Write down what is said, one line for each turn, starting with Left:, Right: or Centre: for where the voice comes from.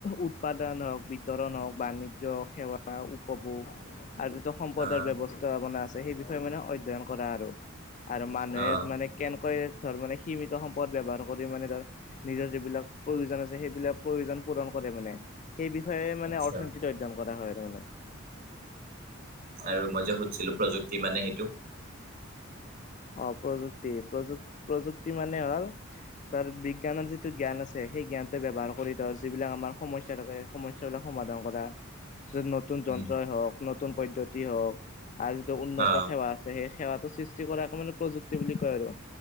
Left: উৎপাদন হওঁক, বিতৰণ হওঁক, বাণিজ্য সেৱা বা উপভোগ আৰুতো সম্পদৰ
Right: অ',
Left: ব্যৱস্থাপনা আছে সেই বিষয়ে মানে অধ্যয়ন কৰা আৰু। আৰু মানুহে
Right: অ',
Left: মানে কেনেকৈ ধৰ মানে সীমিত সম্পদ ব্যৱহাৰ কৰি মানে ধৰ নিজৰ যিবিলাক প্ৰয়োজন আছে, সেইবিলাক প্ৰয়োজন পূৰন কৰে মানে, সেই বিষয়ে মানে
Right: আচ্ছা
Left: অৰ্থনীতিত অধ্যয়ন কৰা হয় তাৰমানে।
Right: আৰু মই যে সুধিছিলো প্ৰযুক্তি মানে, সেইটো
Left: আঁহ' প্ৰযুক্তি প্ৰযু প্ৰযুক্তি মানে হ'ল- তাৰ বিজ্ঞানৰ যিটো জ্ঞান আছে, সেই জ্ঞানটো ব্যৱহাৰ কৰি তৰ যিবিলাক আমাৰ সমস্যা থাকে সমস্যাবিলাক সমাধান কৰা।
Right: <inaudible>
Left: য'ত নতুন
Right: উম,
Left: যন্ত্ৰই হওঁক, নতুন পদ্ধতি হওঁক, আৰু যিটো উন্নত
Right: অ',
Left: সেৱা সেই সেৱাটো সৃষ্টি কৰা মানে প্ৰযুক্তি বুলি কয় আৰু,